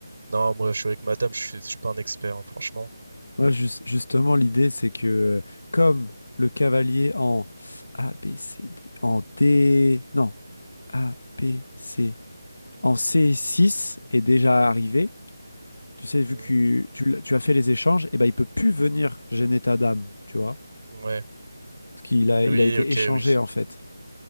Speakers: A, on the right; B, on the left.
A: Non, moi, je suis avec madame, je suis, je suis pas un expert, hein, franchement.
B: Moi, jus- justement, l'idée, c'est que euh, comme le cavalier en A, B, C, D, en D, non, A, B, C, en C6 est déjà arrivé, tu sais, vu
A: Hmm.
B: que tu, l'as- tu as fait les échanges, et ben, il peut plus venir gêner ta dame, tu vois,
A: Ouais.
B: parce qu'il a,
A: Oui,
B: il a été
A: ok,
B: échangé
A: oui.
B: en fait.